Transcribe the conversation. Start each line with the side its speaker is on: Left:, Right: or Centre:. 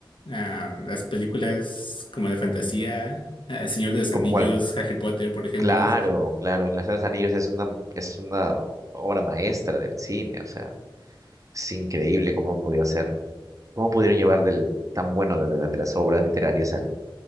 Left: ah, las películas como de fantasía, ah, El Señor de los
Right: ¿Como
Left: Anillos,
Right: cuál?
Left: Harry Potter, por ejemplo.
Right: Claro, claro, La Señora de los Anillos es una, es una obra maestra del cine, o sea, es increíble cómo han podido hacerlo. Cómo pudieron llevar del tan bueno de, de- la- de las obras literarias al-